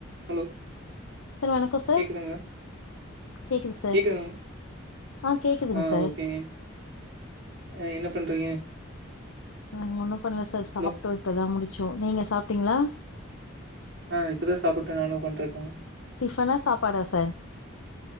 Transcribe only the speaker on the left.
சார் வணக்கம் சார்
கேக்குது சார்
ஆ கேக்குதுங்க
சார்
நா ஒன்னு பண்ல சார் சாப்ட்டோ
இப்பதா முடிச்சோ நீங்க சாப்ட்டீங்களா
டிஃபனா சாப்பாடா சார்